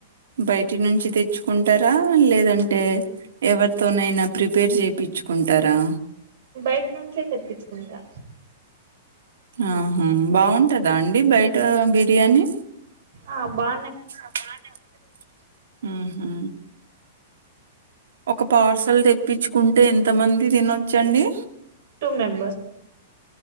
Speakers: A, on the right; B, on the right.
A: బయటి నుంచి తెచ్చుకుంటారా లేదంటే ఎవరితోనైనా ప్రిపేర్ చెప్పించుకుంటారా
B: బయట నుంచే తెప్పించుకుంటా
A: ఆహా బాగుంటదా అండి బయట బిర్యానీ
B: ఆ బా
A: చద వతుంది ఆ హా ఒక పార్సల్ తెప్పించుకుంటే ఎంత మంది తినొచ్చండి
B: టూ మేం